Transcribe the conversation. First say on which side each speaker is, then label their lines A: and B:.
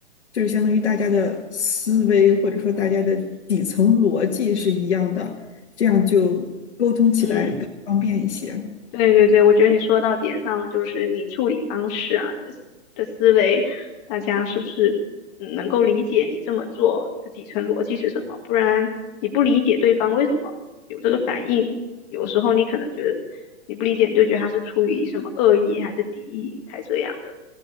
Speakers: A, on the left; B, on the left.
A: 就是相当于大家的思维或者说大家的底层逻辑是一样的，这样就沟通起来更方便一些。
B: 嗯。对对对，我觉得你说到点上了，就是你处理方式啊，你的思的思维，大家是不是嗯能够理解你这么做的底层逻辑是什么？不然你不理解对方为什么有这个反应，有时候你可能觉得你不理解，你就觉得他是出于什么恶意还是敌意才这样的，